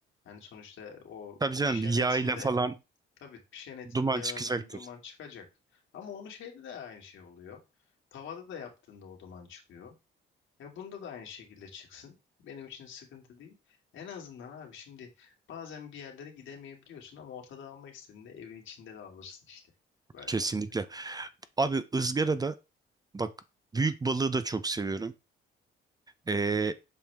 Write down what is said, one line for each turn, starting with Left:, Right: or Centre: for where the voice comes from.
Left: Yani sonuçta o
Right: Tabii canım
Left: pişen
Right: yağ
Left: etin
Right: ile
Left: de
Right: falan
Left: Tabii pişenetin
Right: duman
Left: yağının
Right: çıkacaktır.
Left: duman çıkacak. Ama onu şeyde de aynı şey oluyor. Tavada da yaptığında o duman çıkıyor. E bunda da aynı şekilde çıksın. Benim için sıkıntı değil. En azından abi şimdi bazen bir yerlere gidemeyebiliyorsun ama ortada almak istediğinde evin içinde de alırsın işte. Böyle
Right: Kesinlikle.
Left: yap.
Right: Abi ızgarada bak büyük balığı da çok seviyorum. Ee,